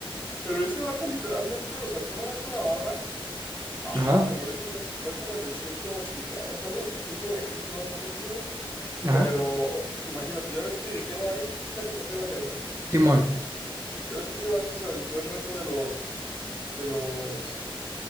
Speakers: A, on the left; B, on the right.
A: Pero ese vato literalmente, o sea, tú lo ves en la barra. No,
B: Ajá,
A: men, ahorita ya va como en el 150 algo así, ciento veinte no, no recuerdo bien.
B: ajá.
A: Pero imagínate, ya ves que Jero Arias, sí sacas al Jero Arias, ¿no?
B: Simón,
A: Ya ves que ese vato se aventó el reto de los, de los,